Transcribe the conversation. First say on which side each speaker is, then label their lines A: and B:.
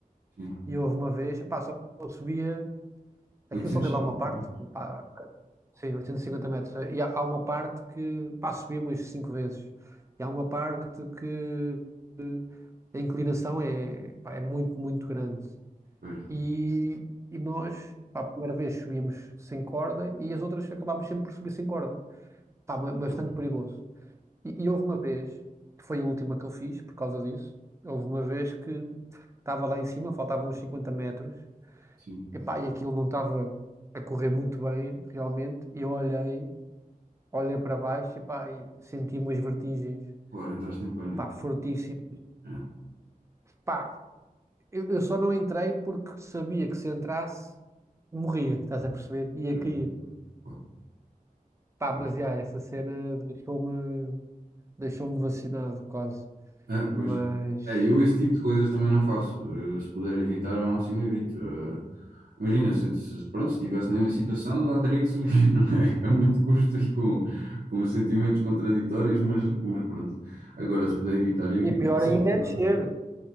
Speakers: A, on the right; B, on the right.
A: Sim.
B: e houve uma vez, pá, só que eu subia. Aquilo
A: 850,
B: só tem lá uma parte,
A: né?
B: pá, sim, 850 metros. E há, há uma parte que, pá, subi umas cinco vezes. E há uma parte que eh, a inclinação é, pá, é muito, muito grande.
A: Pois.
B: E, e nós, pá, a primeira vez subimos sem corda e as outras acabámos sempre por subir sem corda. Pá, ba- bastante
A: Sim,
B: perigoso. E, e houve uma vez, que foi a última que eu fiz por causa disso, houve uma vez que estava lá em cima, faltavam uns 50 metros
A: sim.
B: Epá, e aquilo não estava a correr muito bem, realmente. E eu olhei, olhei para baixo, epá, e senti umas vertigens,
A: Claro, entraste em pânico.
B: pá, fortíssimas.
A: Pois. ah
B: Pá, eu, eu só não entrei porque sabia que se entrasse, morria, estás a perceber? Ia
A: pois,
B: cair.
A: claro,
B: Pá,
A: pois.
B: mas já, essa cena deixou-me deixou-me vacinado quase.
A: É, pois.
B: Mas...
A: É, eu esse tipo de coisas também não faço. Eh, se puder evitar, ao máximo evito. Eh, imagina, se, eu- se- pronto, se estivesse na mesma situação, já teria que subir, <laughs> não é? A muito custo e com, com sentimentos contraditórios, mas, mas pronto. Agora, se puder evitar, evito.
B: E pior
A: E Sim,
B: ainda
A: claro.
B: é descer.